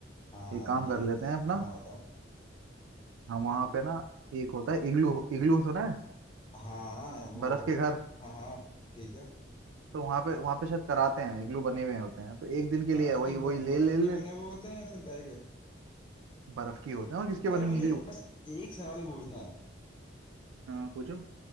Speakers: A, on the left; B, on the right.
A: हाँ
B: एक काम
A: ये
B: कर लेते
A: तो
B: हैं अपना
A: हाँ बताओ
B: हम वहाँ पे ना एक होता है इग्लू इग्लू सुना है
A: हाँ वो
B: बर्फ के घर
A: हाँ हाँ ठीक है
B: तो वहाँ पे वहाँ पे शायद कराते हैं इग्लू बने हुए होते हैं तो एक दिन के
A: बर्फ
B: लिए वही
A: के ब-
B: वही ले
A: बर्फ
B: ले
A: के
B: ले
A: बने हुए होते हैं या फिर काहे के
B: बर्फ की होते हैं और किसके बनेंगे
A: यार मुझे
B: इग्लू
A: बस एक सवाल पूछना है
B: हाँ पूछो